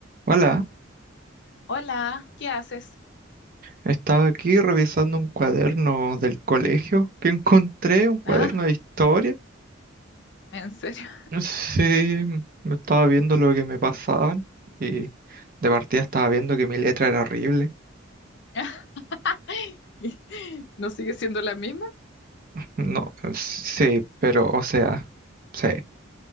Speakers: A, on the right; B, on the left.
A: Hola,
B: Hola, ¿qué haces?
A: estaba aquí revisando un cuaderno del colegio que encontré, un cuaderno
B: Ah,
A: de historia.
B: ¿en serio?
A: <laughs> Sí, me estaba viendo lo que me pasaban y de partida estaba viendo que mi letra era horrible.
B: <laughs> ¿Y ¿No sigue siendo la misma?
A: No, sí, pero o sea, sí,